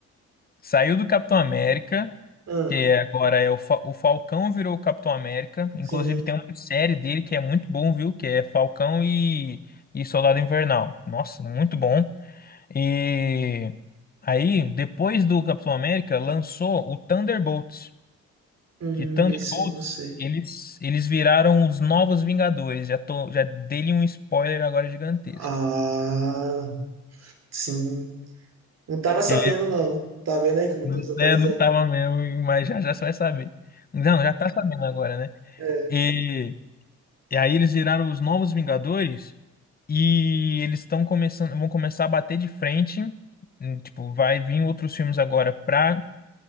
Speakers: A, on the left; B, on the right.
A: Saiu do Capitão América.
B: Ah,
A: que agora é o, Fa- o Falcão virou o Capitão América. Inclusive
B: sim.
A: tem uma série dele que é muito bom, viu? Que é Falcão e, e Soldado Invernal. Nossa, muito bom. E aí, depois do Capitão América, lançou o Thunderbolts.
B: Hum,
A: Que Thunderbolts,
B: esse eu não sei.
A: eles, eles viraram os novos Vingadores. Já tô, já dei-lhe um spoiler agora gigantesco.
B: Ah, sim. Não tava sabendo,
A: Ele
B: não. Tá vendo aí como
A: não,
B: eu tô desatualizado?
A: né, não tava mesmo, mas já já você vai saber. Não, já tá sabendo agora, né?
B: É.
A: E, e aí eles viraram os novos Vingadores. E eles estão começando, vão começar a bater de frente. hum, Tipo, vai vir outros filmes agora para